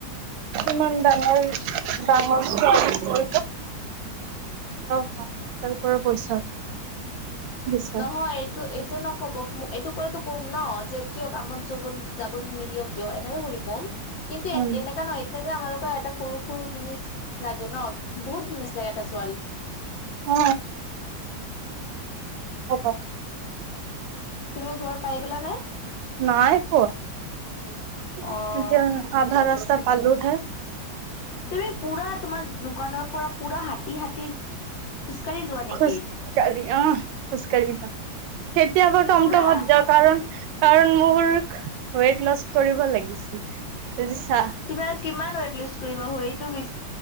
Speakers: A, on the right; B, on the left.
A: ইমান ডাঙৰ <unintelligible> এতিয়া মা দেউতাৰ পৰা পইচা বিচাৰে
B: নহয় এইটো এইটো নকব এইটো কতো কম ন যে কিয় কামত য যাবলৈ নিদিয়ক কিয় এনেকে কৰি ক'ম কিন্তু এ
A: উম।
B: এনেককা নহয় এতিয়া যে আমাৰা লোকৰ এটা সৰু সৰু জিছ লাগে ন বহুত জিনছ লাগে এটা চ
A: উ হব
B: তুমি ঘৰ পাই গ'লা নে
A: নাই পোৱা এতিয়া
B: অ',
A: আধা ৰাস্তা চ পালো হে
B: তুমি পুৰা তোমাৰ দোকানৰ পৰা পুৰা হাতী হাতী খোজকাঢ়ি যোৱা নেকি?
A: খুজকাঢালি অ খুচকাঢালি ন কেতিয়াবা তমটমত
B: পুৰা
A: যাওঁ কাৰণ কাৰণ মোৰ ৱেইট লচ কৰিব লাগিছিল বুজিছা
B: তুমি আৰু কিমান ৱেট লিষ্ট কৰিব হতটো